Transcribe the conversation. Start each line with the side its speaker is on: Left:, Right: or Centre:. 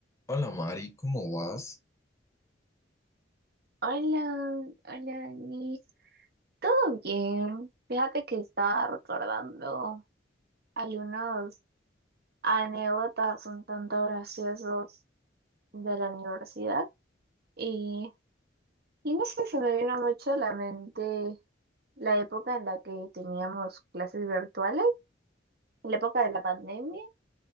Left: Hola Mari, ¿cómo vas?
Right: Hola, hola Dani. ¿Todo bien? Fíjate que estaba recordando algunas anécdotas un tanto graciosas de la universidad y, y no sé, se me vino mucho a la mente la época en la que teníamos clases virtuales, la época de la pandemia